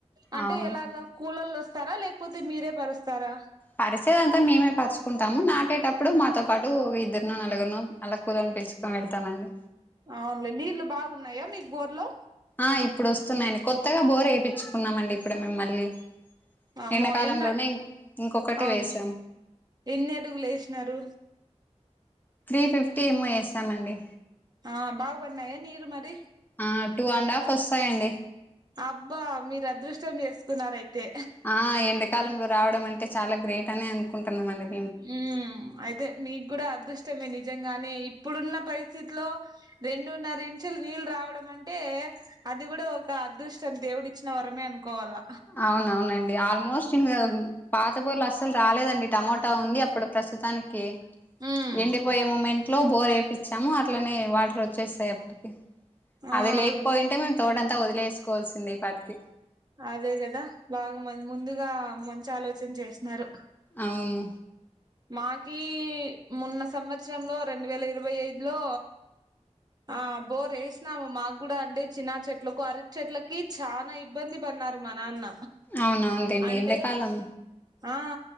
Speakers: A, on the right; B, on the left.
A: అంటే
B: అవును
A: ఎలాగా కూలోలు వస్తారా, లేకపోతే మీరే పరుస్తారా,
B: పరిసేది అంతా మేమే పరుచుకుంటాము. నాటేటప్పుడు మాతో పాటుఒక ఇద్దరునో నలుగురునో అలా కురని పలుచు <unintelligible> హా వెళ్తమండి
A: అవునులే నీళ్లు బాగున్నాయా మీకు బోర్లో
B: ఆ ఇప్పుడు వస్తున్నాయండి. కొత్తగా బోర్ వేయిచ్చుకున్నామ అండి ఇప్పుడు మేము మళ్ళీ
A: అమ్మో
B: ఎండకాలంలోనే
A: ఎన్న
B: ఇంకొకటి
A: అవునులే
B: వేసాం.
A: ఎన్ని అడుగులు వేసినారు.
B: త్రీ ఫిఫ్టీ ఎంఓ వేసాము అండి.
A: ఆ బాగ పడినాయ నీరు మరి
B: ఆ టూ అండ్ హాఫ్ వస్తాయంండి
A: అబ్బా మీరు అదృష్టం చేసుకున్నారు అయితే
B: ఆ ఎండకాలంలో రావడం అంటే చాలా గ్రేట్ అని అనుకుంటున్నాంమండి ఇ
A: మ్మ్ అయితే మీకు కూడా అదృష్టమే నిజంగానే ఇప్పుడున్న పరిస్థితిలో రెండున్నర ఇంచలు నీళ్ళు రావడం అంటే అది కూడా ఒక అదృష్టం దేవుడు ఇచ్చిన వరమే అనుకోవాల
B: అవునవునండి ఆల్మోస్ట్ ఇంకా పాత పూరలు అస్సలు రాలేదండి టమోటా ఉంది అప్పుడు ప్రస్తుతానికి
A: ఉమ్
B: ఎండిపోయే మూమెంట్లో బోర్ వేపించాము అట్లనే వాటర్ వచ్చేస్తాయి అప్పటికి
A: ఆ
B: అది లేకపోయింటే మేము తోట అంతా వదిలేసుకోవాల్సింది ఈ పాటికి
A: అదే కదా బాగా మ ముందుగా మంచి ఆలోచన చేసినారు
B: అవును
A: మాకి మోన్న సంవత్సరంలో రెండు వేల ఇరవై ఐదు లో ఆ బోర్ వేసినాము మాకు కూడా అంటే చిన్న చెట్లకు అరటీ చెట్లకి చానా ఇబ్బంది పడినారు మా నాన్న
B: అవునవునులేండి
A: అంటే
B: ఎండాకాలం
A: ఆ